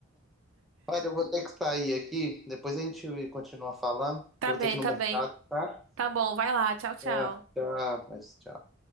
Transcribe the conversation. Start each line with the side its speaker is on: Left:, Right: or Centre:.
Centre: Olha, eu vou ter que sair aqui, depois a gente continua falando, que
Right: Tá
Centre: eu
Right: bem,
Centre: vou ter que ir
Right: tá
Centre: no mercado,
Right: bem.
Centre: tá?
Right: Tá bom, vai lá. Tchau, tchau.
Centre: Tchau, tchau, mas tchau.